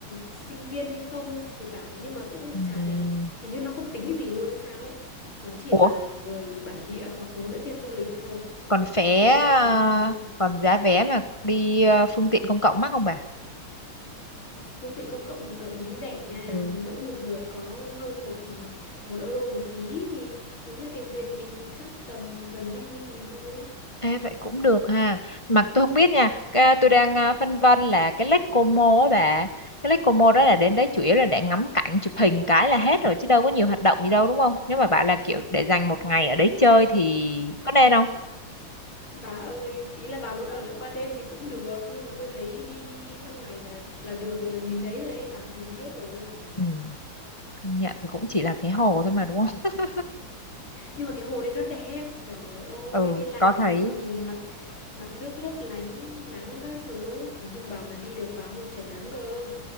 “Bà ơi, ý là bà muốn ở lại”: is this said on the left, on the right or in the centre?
Left